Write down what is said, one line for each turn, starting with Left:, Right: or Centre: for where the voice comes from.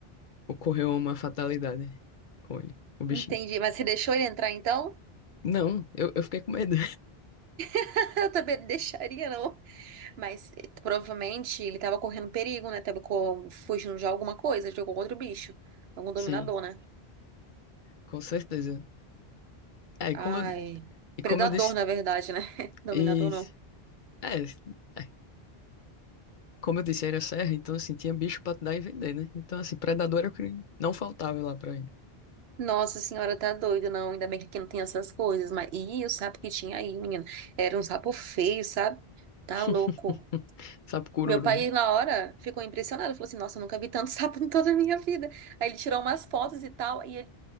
Left: ocorreu uma fatalidade com ele, o bichinho.
Right: Entendi. Mas você deixou ele entrar então?
Left: Não, eu, eu fiquei com medo.
Right: <laughs> Eu também não deixaria, não. Mas eh, provavelmente ele tava correndo perigo, né? Tava co- fugindo de alguma coisa, de algum outro bicho.
Left: <laughs>
Right: Algum dominador,
Left: Sim,
Right: né?
Left: com certeza. É, e
Right: Ai.
Left: como eu, e
Right: Predador,
Left: como eu disse.
Right: na verdade, né? <laughs> Dominador
Left: E,
Right: não.
Left: é, é, como eu disse, era serra, então assim, tinha bicho pra dar e vender, né? Então, assim, predador era o que não faltava lá pra ele.
Right: Nossa senhora, tá doido, não. Ainda bem que aqui não tem essas coisas. Mas. Ih, o sapo que tinha aí, menina. Era um sapo feio, sabe? Tá
Left: <laughs>
Right: louco.
Left: Sabe, cururu.
Right: Meu pai, na hora, ficou impressionado. Falou assim: Nossa, eu nunca vi tanto <laughs> sapo em toda a minha vida. Aí ele tirou umas fotos e tal. E ele,